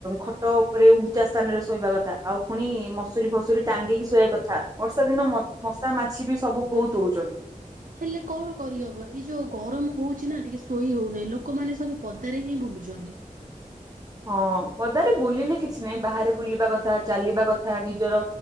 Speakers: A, on the right; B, on the right.
A: ଖଟ ଉପରେ ଉଞ୍ଚା ସ୍ଥାନରେ ଶୋଇବା କଥା ଆଉ ପୁଣି ମସୁରରିୀ ଫସୁରୀ ଟାଙ୍ଗିକି ଶୋଇବା କଥା ବର୍ଷା ଦିନ ମଶା ମାଛି ବି ସବୁ ବହୁତ ହଉଛନ୍ତି।
B: ହେଲେ କଣ କରିହବ ଏଇ ଯୋଉ ଗରମ ହଉଛି ନା ଟିକେ ଶୋଇ ହଉନାହିଁ ଲୋକମାନେ ସବୁ ପଦାରେ ହିଁ ବୁଲୁଛନ୍ତି।
A: ହଁ ପଦାରେ ବୁଲିଲେ କିଛି ନାହିଁ ବାହାରେ ବୁଲିବା କଥା ଚାଲିବା କଥା ନିଜର